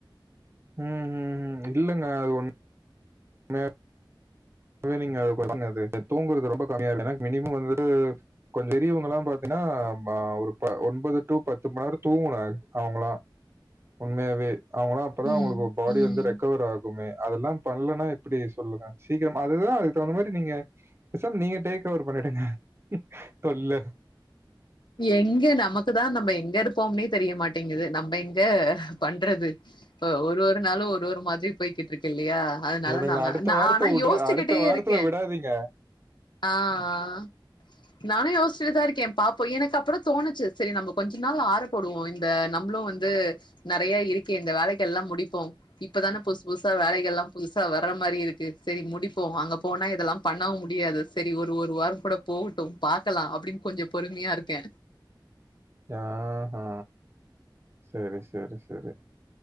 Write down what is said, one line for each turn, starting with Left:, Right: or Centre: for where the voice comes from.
Right: ம் ம் ம் இல்லங்க அ ஒன் மெ ப்பவே நீங்க அ போ பன்ங்க அது தூங்குறது ரொம்ப கம்மியா இருக்கு ஏனா மினிமம் வந்துட்டு கொஞ்ச பெரியவங்கலா பாத்தீனா ப ஒரு ப ஒன்பது டு பத்து மணி நேர தூங்கணு அவுங்களா உண்மையாவே அவுங்களா அப்பதா
Left: ம்
Right: அவுங்களுகு பாடி
Left: ம்
Right: வந்து ரெக்கவர் ஆகு போமே அதெல்லா பண்லனா எப்புடி சொல்லுங்க சீக்கிரம் அதுதா அதுக்கு தகுந்த மாதிரி நீங்க பேசாம் நீங்க டேக் ஒவர் பண்ணிடுங்க தொல்ல
Left: எங்க நமக்குதா நம்ப எங்க இருப்போம்னே தெரியமாட்டேங்குது நம்ப எங்க பண்றது ப ஒரு ஒரு நாளு ஒரு ஒரு மாதி போய்கிட்ருக்கில்லையா அதனால
Right: இவனுங்கள
Left: நாங்க
Right: அடுத்த
Left: நா
Right: வாரத்த
Left: ஆனா
Right: உட்ற
Left: யோஸ்ச்சுகிட்டே
Right: அடுத்த வாரத்துல
Left: இருக்கே
Right: விடாதீங்க.
Left: அ ஆ நானு யோஸ்சிடு தா இருக்கே பாப் பொய் எனக்கு அப்பதா தோணுச்சு சரி நம்ம கொஞ்ச நாள் ஆறபோடுவோ இந்த நம்ப்ளு வந்து நெறையா இருக்கி இந்த வேலைக்கெல்லா முடிப்போ இப்பதான புத்சு புதுசா வேலைகல்லா புதுசா வர்ற மாரி இருக்கு சேரி முடிப்போ அங்க போனா இதெல்லா பண்ணவு முடியாது சரி ஒரு ஒரு வாரம் கூட போவுட்டு பாக்கலா அப்டின் கொஞ்சோ பொறுமையா இருக்க
Right: ஆஹா சேரி சேரி சேரி